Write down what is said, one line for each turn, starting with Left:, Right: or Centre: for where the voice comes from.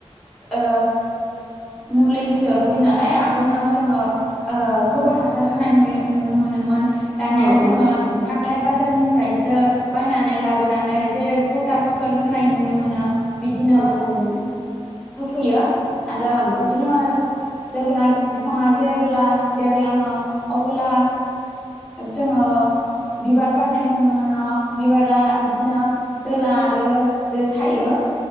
Centre: ओ मुलैसो होयो नालाय आगोलनाव जोङो गोबोर हासार होनाय नु नुनो मोनोमोन दानिया
Left: औ
Centre: जोङो
Left: औ थारैनो
Centre: हाइ बाजारनिफ्रायसो बायनानै लाबोनानै जेरै पटासफोर होनाय नुनो मोनो। बिदिनो
Left: औ थारैनो
Centre: होफैयो आरो
Left: औ
Centre: बिदिनो जोगोनार बिफाङा जेबोब्ला देरलाङो अबोला जोङो बिबार बारनाय नुनो मोनो बिबारा बिदिनो जोला आरो जो थायो